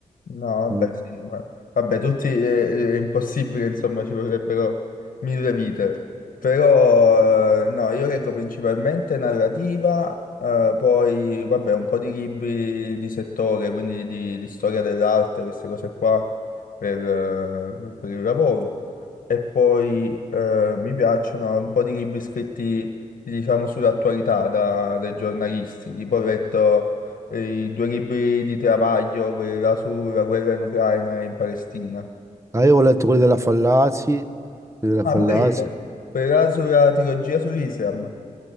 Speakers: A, on the left (about 75°); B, on the right (about 20°).
A: No, vabbè,
B: Mm.
A: sì, ma- vabbè, tutti eh, è, impossibile, insomma, ci vorrebbero mille vite. Però, eh, no, io leggo principalmente narrativa, eh, poi, vabbè, un po' di libri di settore, quindi di, di storia dell'arte, queste cose qua, per, eh, per il lavoro. E poi eh, mi piacciono un po' di libri scritti, diciamo, sull'attualità da- dai giornalisti, tipo ho letto e i due libri di Travaglio, quella sulla guerra in Ucraina e in Palestina.
B: Ah, io ho letto quelli della Fallaci, quelli della
A: Ah,
B: Fallaci.
A: pure io. Quella sulla trilogia sull'Islam.